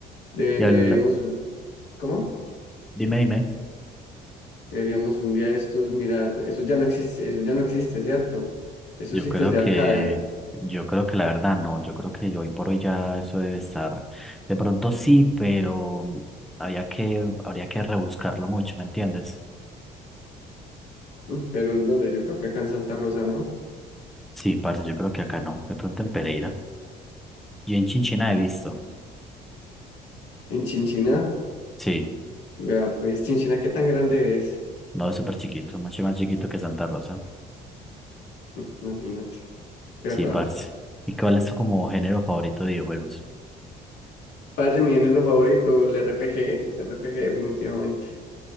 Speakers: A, on the left; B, in the centre.
A: De-
B: Y
A: deberíamos,
B: el,
A: ¿cómo?
B: dime, dime.
A: Deberíamos un día de estos mirar, eso ya no existe, eso ya no existe, ¿cierto? Esos
B: Yo
A: sitios
B: creo
A: de
B: que,
A: arcade,
B: yo creo que la verdad no, yo creo que hoy por hoy ya eso debe estar, de pronto sí, pero había que, habría que rebuscarlo mucho, ¿me entiendes?
A: Mm, pero ¿en dónde? Yo creo que acá en Santa Rosa, ¿no?
B: Sí, parce, yo creo que acá no, de pronto en Pereira. Yo en Chinchina he visto,
A: En Chinchiná.
B: sí,
A: Vea, pues, Chinchina, ¿qué tan grande es?
B: no, es súper chiquito, mucho más chiquito que Santa Rosa,
A: <laughs> Imagínate, qué
B: sí,
A: rabia.
B: parce. ¿Y cuál es tu como género favorito de videojuegos?
A: Padre, mi género favorito, el RPG, RPG definitivamente.